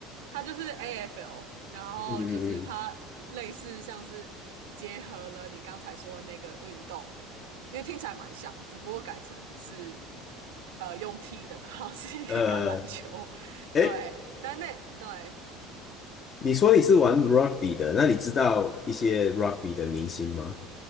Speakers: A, on the right; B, on the left.
A: 它就是 AFL，然后就是它类似像是结合了你刚才说的那个运动，
B: 嗯
A: 因为听起来蛮像，只不过改成是呃用踢的，然后是一个橄榄球，
B: 嗯，呃，
A: <laughs> 对，
B: 诶，
A: 但那对
B: 你说你是玩 rugby 的，那你知道一些 rugby 的明星吗？